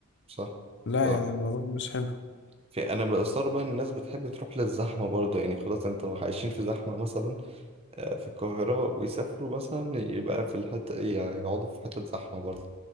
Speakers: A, on the right; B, on the left.
A: صح
B: لا
A: ف-
B: يعني الموضوع مش حلو
A: في انا بستغرب بقى إن الناس بتحب تروح للزحمه برضه يعني خلاص انت عايشين في زحمه مثلا آه، في القاهره ويسافروا مثلا يبقى في الحته إيه، يعني يقعدوا في حته زحمه برضه